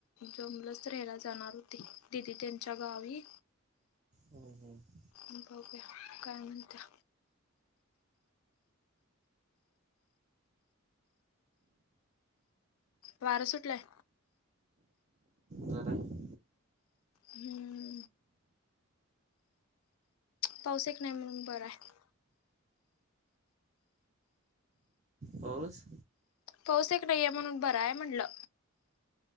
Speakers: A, on the left; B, on the right.
A: जमलच तर हेला जाणार होती, दिदी त्यांच्या गावी.
B: हम्म हम्म
A: बघूया, काय म्हणत्या. वार सुटलंय.
B: जरा आहे
A: हम्म. पाऊस एक नाही म्हणून बरं हाय.
B: पाऊस.
A: पाऊस एक नाहीये म्हणून बरं हाय म्हटलं.